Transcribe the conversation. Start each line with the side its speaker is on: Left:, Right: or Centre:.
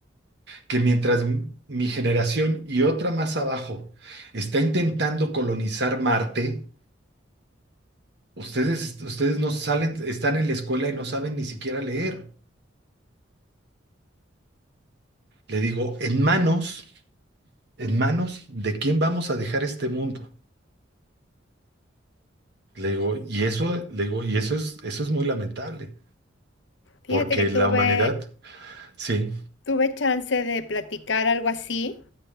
Right: que mientras m- mi generación y otra más abajo está intentando colonizar Marte, ustedes, ustedes no salen, están en la escuela y no saben ni siquiera leer. Le digo, en manos, en manos de quién vamos a dejar este mundo. Le digo, y eso, le digo, y eso es, eso es muy lamentable,
Left: Fíjate
Right: porque
Left: que
Right: la
Left: tuve,
Right: humanidad, sí.
Left: tuve chance de platicar algo así